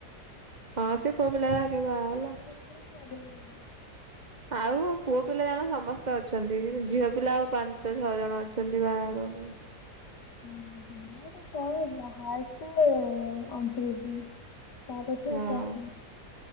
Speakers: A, on the right; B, on the left.
A: ହଁ ସେ ପୁଅ ପିଲା ଗୋରା ଆଗେ ବାହା ହେଲା।
B: <inaudible> ଲାଗିଲା।
A: ଆଉ ପୁଅ ପିଲା ଜଣ ସମସ୍ତେ ଅଛନ୍ତି କିନ୍ତୁ ଝିଅ ପିଲା ଆଉ ପାଞ୍ଚ ଛଅ ଜଣ ଅଛନ୍ତି ବାହା ବାବକୁ।
B: <unintelligible> କଣଷ୍ଟ ଟା ଅଣତିରିଶ ତାପଛକୁ
A: ହଁ
B: <inaudible>